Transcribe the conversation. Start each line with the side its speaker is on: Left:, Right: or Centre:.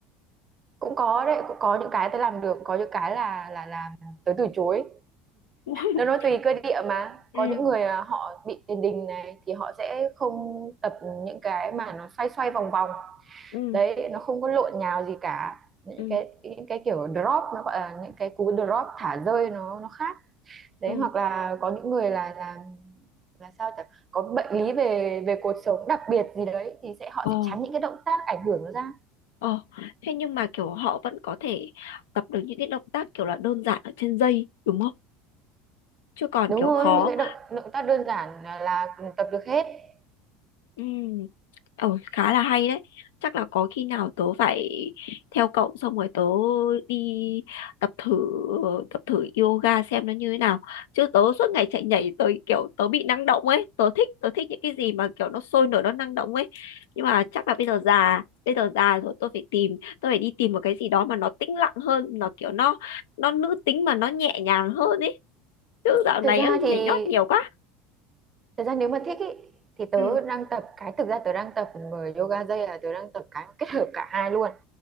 Right: cũng có đấy cũng có những cái tớ làm được có những cái là là làm tới từ chối
Left: <laughs>
Right: nó nói tùy cơ địa mà
Left: ừ
Right: có những người à, họ bị tiền đình này thì họ sẽ không tập những cái mà nó xoay xoay vòng vòng
Left: ừ
Right: đấy nó không có lộn nhào gì cả những
Left: ừ
Right: cái những cái kiểu drop nó gọi là những cái cú drop thả rơi nó nó khác đấy
Left: ừ
Right: hoặc là có những người là là là sao chẳng có bệnh lý về về cột sống đặc biệt gì đấy thì sẽ họ
Left: Ồ,
Right: sẽ tránh những cái động tác ảnh hưởng nó ra
Left: ồ. Thế nhưng mà kiểu họ vẫn có thể tập được những cái động tác kiểu là đơn giản ở trên dây đúng không? Chứ còn
Right: đúng
Left: kiểu
Right: rồi
Left: khó
Right: những cái động động tác đơn giản là, là tập được hết <laughs>
Left: Ừ. Ừ, khá là hay đấy. Chắc là có khi nào tớ phải theo cậu xong rồi tớ đi tập thử tập thử yoga xem nó như thế nào. Chứ tớ suốt ngày chạy nhảy tớ kiểu tớ bị năng động ấy, tớ thích tớ thích những cái gì mà kiểu nó sôi nổi nó năng động ấy. Nhưng mà chắc là bây giờ già, bây giờ già rồi tôi phải tìm, tôi phải đi tìm một cái gì đó mà nó tĩnh lặng hơn, nó kiểu nó nó nữ tính mà nó nhẹ nhàng hơn ấy. Chứ dạo
Right: thực
Left: này
Right: ra
Left: á,
Right: thì
Left: nhảy nhót nhiều quá.
Right: Thật ra nếu mà thích ý, thì tớ
Left: Ừ.
Right: đang tập cái thực ra tớ đang tập vừa yoga dây là tớ đang tập cái kết hợp cả hai luôn